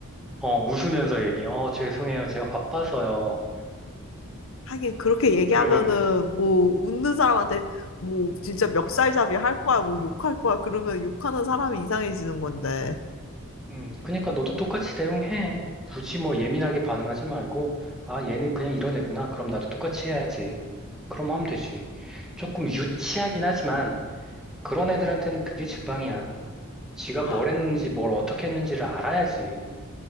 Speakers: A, in the centre; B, on the left (about 65°).
A: 어, 웃으면서 얘기해. 어, 죄송해요. 제가 바빠서요.
B: 하긴 그렇게 얘기하면은
A: 그러면 되지.
B: 뭐 웃는 사람한테 뭐 진짜 멱살잡이 할 거야 뭐 욕할 거야 그러면 욕하는 사람이 이상해지는 건데
A: 음, 그러니까 너도 똑같이 대응해. 굳이 뭐 예민하게 반응하지 말고, 아, 얘는 그냥 이런 애구나. 그럼 나도 똑같이 해야지. 그럼 하면 되지. 조금 유치하긴 하지만, 그런 애들한테는 그게 직방이야. 지가
B: 아,
A: 뭘 했는지, 뭘 어떻게 했는지를 알아야지.